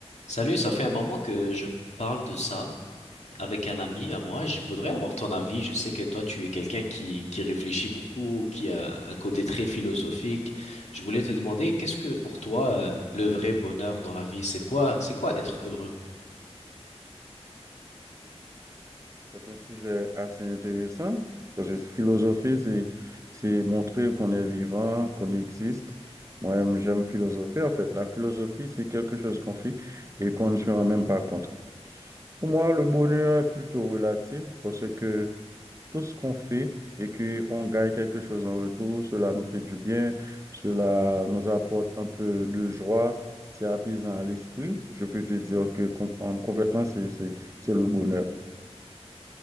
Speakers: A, on the left; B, on the right.
A: Salut, ça fait un moment que je parle de ça avec un ami à moi. Je voudrais avoir ton avis. Je sais que toi, tu es quelqu'un qui, qui réfléchit beaucoup, qui a un côté très philosophique. Je voulais te demander, qu'est-ce que pour toi, euh, le vrai bonheur dans la vie, c'est quoi, c'est quoi être heureux?
B: C'est un sujet assez intéressant parce que philosopher, c'est, c'est montrer qu'on est vivant, qu'on existe. Moi-même, j'aime philosopher. En fait, la philosophie, c'est quelque chose qu'on fait et qu'on ne se rend même pas compte. Pour moi, le bonheur est plutôt relatif parce que tout ce qu'on fait et qu'on gagne quelque chose en retour, cela nous fait du bien, cela nous apporte un peu de joie, c'est apaisant à l'esprit. Je peux te dire que com- complètement, c'est, c'est, c'est le bonheur.